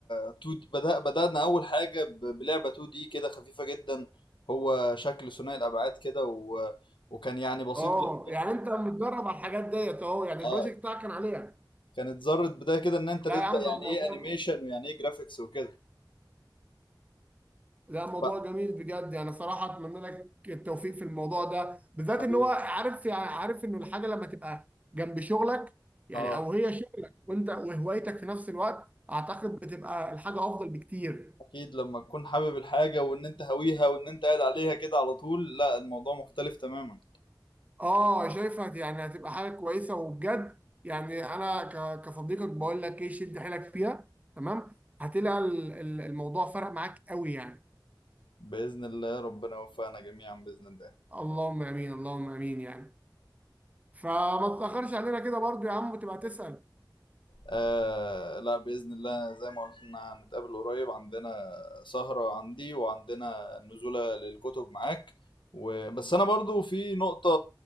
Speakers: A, on the left (about 80°); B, on the right (about 20°).
A: 2 بدأ بدأنا اول حاجه ب- بلعبه 2 دي كده خفيفه جدا هو شكل ثنائي الابعاد كده و... وكان يعني بسيط
B: اه
A: جدا
B: يعني انت متدرب على الحاجات ديت اهو يعني
A: اه
B: البروجكت بتاعك كان عليها
A: كانت ذرة بداية كده ان انت
B: لا
A: تبدأ
B: يا عم
A: يعني
B: ده الموضوع
A: ايه انيميشن ويعني ايه جرافيكس وكده
B: لا موضوع
A: بقى
B: جميل بجد يعني صراحة أتمنى لك التوفيق في الموضوع ده بالذات
A: حبيبي
B: إن هو عارف يعني عارف إنه الحاجة لما تبقى جنب شغلك يعني
A: اه
B: أو هي شغلك وأنت وهوايتك في نفس الوقت أعتقد بتبقى الحاجة أفضل بكتير.
A: اكيد لما تكون حابب الحاجة وان انت هاويها وان انت قاعد عليها كده على طول لا الموضوع مختلف تماما
B: آه شايفها يعني هتبقى حاجة كويسة وبجد يعني أنا ك- كصديقك بقول لك إيه شد حيلك فيها تمام هتلاقي ال- ال- الموضوع فرق معاك قوي يعني.
A: بإذن الله ربنا يوفقنا جميعا بإذن الله
B: اللهم آمين اللهم آمين يعني. فما تتأخرش علينا كده برضو يا عم وتبقى تسأل.
A: آه لا بإذن الله زي ما قلنا هنتقابل قريب عندنا سهرة عندي وعندنا نزولة للكتب معاك وبس أنا برضو في نقطة